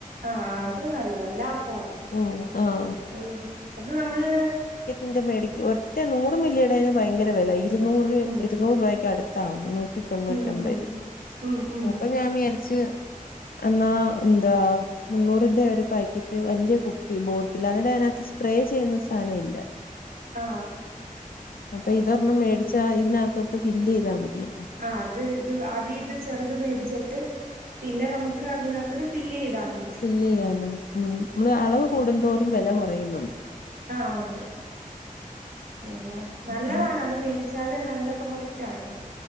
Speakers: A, on the right; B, on the left.
A: അ ആഹ് അത് നല്ലതാ ലാഫാ അത്
B: ഓ ആഹ്
A: അഅ് അത് നമ്മള്
B: ന്റെ മേടിക്ക് ഒറ്റെ നൂറ് മില്ലി ടെന് ഭയങ്കര വെല ഇരുന്നൂറ്
A: ഉം
B: ഇരുന്നൂറ് രൂപക്കടു ത്താഉ നൂറ്റി തൊണ്ണൂറ്റമ്പ
A: ഉം ഉം
B: രൂ
A: ഉം ഉം
B: അപ്പൊ ഞാൻ വിചാരിച്ച് എന്നാ ന്താ? മുന്നൂറിന്റെ ഒരു പാക്കറ്റ് വല്ല്യ കുപ്പി ബോട്ടില് അതി <unintelligible> പ്രേ ചെയ്യുന്ന സാനം ഇല്ല
A: ആ
B: അപ്പൊ
A: അപ്പം
B: ഇതൊരെണ്ണം മേടിച്ചാ ഇതിനകത്തോട്ട് ഫില്ലെയ്താ മതിയല്ലോ
A: ആഹ് അത് ത് ആദ്യ ഇത് ചെറുത് മേടിച്ചിട്ട് പിന്നെ നമുക്ക് ത് അതിനകത്തട്ട് ഫി ല്ലെയ്താൽ മ
B: ഫില്ലെയ്യാനോ ഉം മ്മള് അളവ് കൂടുന്തോറും വെല കൊറയുന്നുണ്ട്
A: ആഹ് ഒണ്ട് അങ്ങനെ നല്ലതാണത്
B: അങ്ങനെ
A: മേടിച് ച്ചാല് നല്ല പ്രോഡക്റ്റാണ്